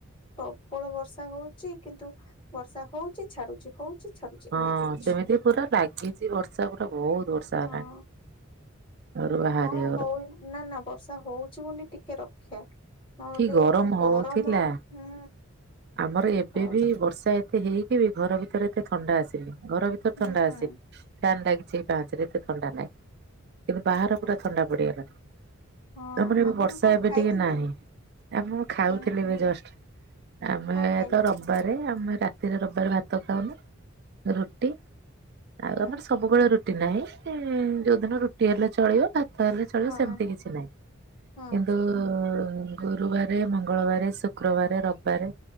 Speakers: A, on the left; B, on the right.
A: ପ୍ରବଳ ବର୍ଷା ହଉଛି। କିନ୍ତୁ ବର୍ଷା ହଉ ଛି, ଛାଡ଼ୁଛି, ହଉଛି ଛାଡୁଛି
B: ହଁ
A: ଏମିତି ହଉଛି।
B: ସେମିତି ପୁରା ଲାଗିଛି ବର୍ଷା ପୁରା ବହୁତ ବର୍ଷା
A: ହଁ।
B: ହେଲାଣି। ଘରୁ ବାହାରି
A: ହଁ
B: ହଉନି
A: ହଉ ନା ନା ବର୍ଷା ହଉଛି ବୋଲି ଟିକେ ରକ୍ଷା। ନହେଲେ
B: କି ଗରମ
A: ଏ ଯୋଉ
B: ହଉଥିଲା
A: ଗରମ ହୁଁ।
B: ଆମର ଏବେ
A: ଓ
B: ବି ବର୍ଷା ଏତେ ହେଇକି ବି, ଘର ଭିତରେ ଏତେ ଥଣ୍ଡା ଆସିନି। ଘର ଭିତରେ
A: ହୁଁ
B: ଥଣ୍ଡା ଆସି ଫ୍ୟାନ୍ ଲାଗିଛି ପାଞ୍ଚରେ ଏତେ ଥଣ୍ଡା ନାହିଁ। କିନ୍ତୁ ବାହାର
A: ଆ-
B: ପୁରା ଥଣ୍ଡା ପଡ଼ିଗଲାଣି।
A: ହଁ
B: ତମର ଏବେ
A: ଆପଣ
B: ବର୍ଷା
A: କଣ
B: ଏବେ
A: ଖାଇଥିଲେ
B: ଟିକେ ନାହିଁ। ଆଉ ମୁଁ ଖାଉଥିଲି
A: ହୁଁ
B: ଏବେ ଜଷ୍ଟ। ଆମେ
A: କଣ ଖାଇଲେ
B: ତ ରବିବାରେ ଆମେ ରାତିରେ ରବିବାରେ ଭାତ ଖାଉନୁ ରୁଟି। ଆଉ
A: ହୁଁ
B: ଆମର ସବୁବେଳେ ରୁଟି ନାହିଁ।
A: ହୁଁ
B: ଯୋଉଦିନ ରୁଟି ହେଲା ଚଳିବ, ଭା ତ ହେଲେ ଚଳିବ
A: ହଁ
B: ସେମିତି କିଛି ନାହିଁ।
A: ହଁ
B: କିନ୍ତୁ ଗୁରୁବାର, ମଙ୍ଗଳବାର, ଶୁକ୍ରବାର, ରବିବାରେ